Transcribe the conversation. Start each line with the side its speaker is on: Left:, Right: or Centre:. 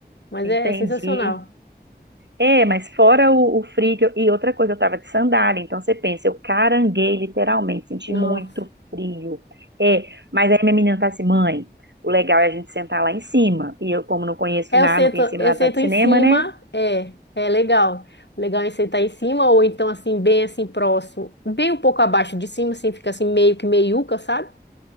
Left: mas
Right: Entendi.
Left: é, sensacional.
Right: É, mas fora o, o frio, que eu- e outra coisa, eu tava de sandália, então você pensa, eu caranguei literalmente, senti
Left: Nossa.
Right: muito frio. É, mas aí minha menina tá assim, mãe, o legal é a gente sentar lá em cima. E eu, como não conheço
Left: É,
Right: nada,
Left: eu sento,
Right: não conhecia nada
Left: eu sento
Right: de
Left: em
Right: cinema,
Left: cima,
Right: né?
Left: é, é legal. O Legal é sentar em cima ou então assim, bem assim próximo, bem um pouco abaixo de cima, assim, fica assim meio que meiuca, sabe?